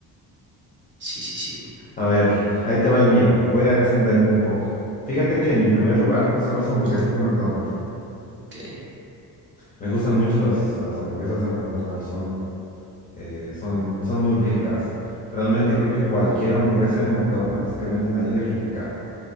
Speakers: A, on the right; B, on the left.
A: Sí, sí, sí.
B: A ver, ahí te va el mío. Voy a extenderme un poco. Fíjate que en mi primer lugar son las hamburguesas
A: <laughs> Ujú,
B: de McDonald's.
A: Ok.
B: Me gustan mucho las, las hamburguesas de McDonald's, son, eh, son, son muy ricas. Realmente creo que cualquier hamburguesa de McDonald's que venden ahí es rica.